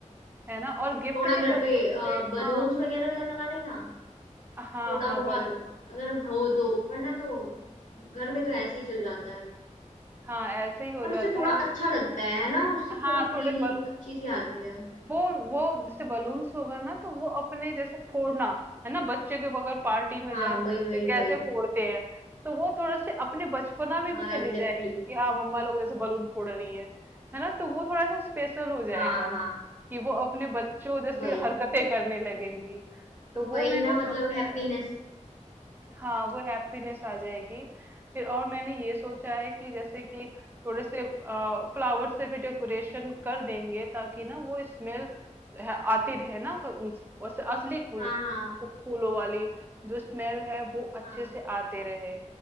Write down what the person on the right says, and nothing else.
है ना और गिफ्ट
के
पर्पज
से
हाँ
हाँ
हाँ
बलून
हाँ ऐसे ही हो
जाता
है
हाँ
थोड़े बलून
वो वो जैसे बलून्स होगा ना तो वो अपने जैसे फोड़ना है ना बच्चे के अगर पार्टी में
जाए
तो बच्चे
कैसे
फोड़ते हैं तो वो थोड़े से अपने बचपना में
भी चली
जाएगी कि हाँ मम्मा लोग जैसे बलून फोड़ रही है है ना तो वो थोड़ा सा स्पेशल हो
जाएगा
कि वो अपने बच्चों जैसी
हरकतें करने लगेंगी तो
वो मैंने
सोचा
है हाँ, वो हैप्पीनेस आ जाएगी। फिर और मैंने ये सोचा है कि जैसे कि थोड़े से अ, फ्लावर से भी डेकोरेशन कर देंगे ताकि ना वो स्मेल आती रहे ना उन- वैसे असली फूलों
फूलों वाली जो स्मेल है वो अच्छे
से आते रहे।